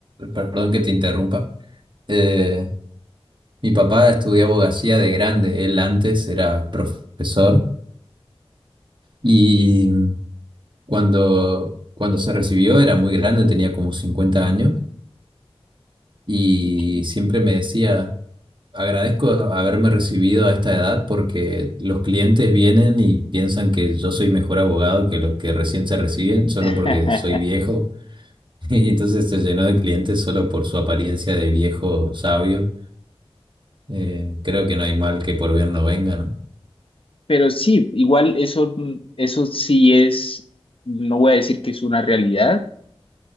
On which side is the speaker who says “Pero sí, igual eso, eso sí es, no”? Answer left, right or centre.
Left